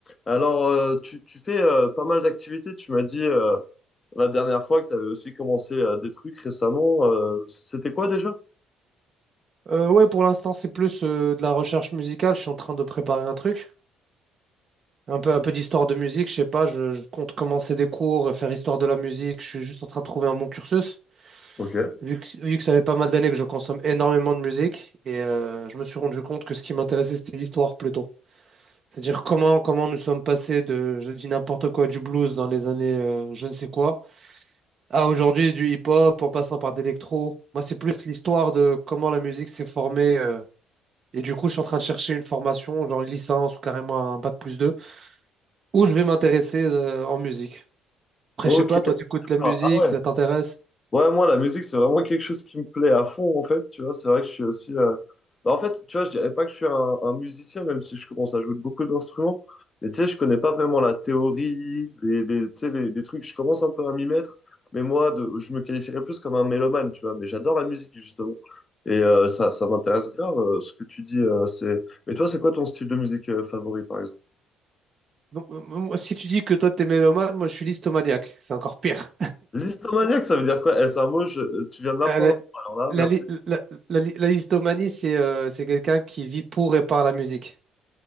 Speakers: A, on the left; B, on the right.
A: Alors, euh, tu, tu fais euh, pas mal d'activités. Tu m'as dit euh, la dernière fois que tu avais aussi commencé euh, des trucs récemment. euh, c'était quoi déjà?
B: Euh, ouais, pour l'instant, c'est plus euh, de la recherche musicale. Je suis en train de préparer un truc, un peu, un peu d'histoire de musique. Je sais pas, je, je compte commencer des cours, et faire histoire de la musique. Je suis juste en train de trouver un bon cursus,
A: Ok.
B: vu que, vu que ça fait pas mal d'années que je consomme énormément de musique. Et euh, je me suis rendu compte que ce qui m'intéressait, c'était l'histoire plutôt. C'est-à-dire comment, comment nous sommes passés de, je dis n'importe quoi, du blues dans les années euh, je ne sais quoi, à aujourd'hui du hip-hop en passant par d'électro. Moi, c'est plus l'histoire de comment la musique s'est formée. euh, Et du coup, je suis en train de chercher une formation, genre une licence ou carrément un bac plus 2, où je vais m'intéresser euh, en musique. Après,
A: Ok.
B: je sais pas, toi, tu écoutes de la
A: Ah,
B: musique,
A: ah ouais.
B: ça t'intéresse?
A: Ouais, moi, la musique, c'est vraiment quelque chose qui me plaît à fond, en fait. Tu vois, c'est vrai que je suis aussi. euh, bah, en fait, tu vois, je dirais pas que je suis un, un musicien, même si je commence à jouer de beaucoup d'instruments. Mais tu sais, je connais pas vraiment la théorie, les, les, tu sais, les, les trucs. Je commence un peu à m'y mettre. Mais moi, de, je me qualifierais plus comme un mélomane, tu vois. Mais j'adore la musique, justement. Et euh, ça, ça m'intéresse grave, euh, ce que tu dis. euh, c'est... Mais toi, c'est quoi ton style de musique euh, favori, par exemple?
B: Donc, euh, moi, si tu dis que toi, t'es mélomane, moi, je suis listomaniaque. C'est encore pire.
A: L'histomaniaque, ça veut dire quoi? Eh, c'est un mot, je- tu viens de m'apprendre.
B: Euh, la,
A: Alors là,
B: la
A: merci.
B: li- la- la li- la listomanie, c'est euh, c'est quelqu'un qui vit pour et par la musique.